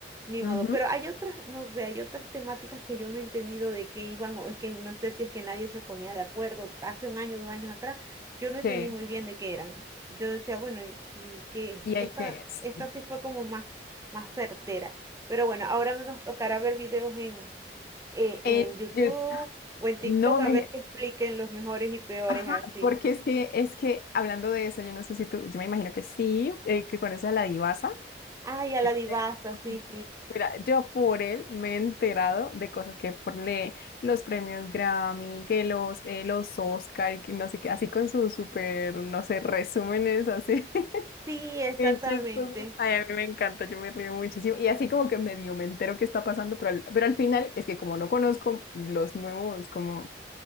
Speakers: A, on the right; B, on the left.
A: ni
B: Ujú,
A: modo. Pero hay otras, no sé, hay otras temáticas que yo no he entendido de qué iban, o es que no sé si es que nadie se ponía de acuerdo. Hace un año, dos años atrás, yo no entendí
B: sí,
A: muy bien de qué eran. Yo decía, bueno, ¿y, y qué es?
B: y
A: Esta,
B: hay que... sí.
A: esta sí fue como más, más certera. Pero bueno, ahora nos tocará ver videos en, eh,
B: En
A: en YouTube
B: Yu-
A: o en TikTok
B: no
A: a
B: me...
A: ver que expliquen los mejores y peores
B: Ajá,
A: así.
B: porque es que, es que hablando de eso, yo no sé si tú, yo me imagino que sí, eh, que conoces a la divasa.
A: Ay, a la
B: Este,
A: divasa,
B: así.
A: sí, sí.
B: Mira, yo por él me he enterado de cosas que por le- los premios Grammy, que los, eh, los Oscar y que no sé qué, así con sus súper, no sé, resúmenes así, <laughs>
A: Sí, exactamente.
B: bien chistosos. Ay, a mí me encanta, yo me río muchísimo. Y así como que medio me entero qué está pasando, pero al, pero al final es que como no conozco los nuevos, como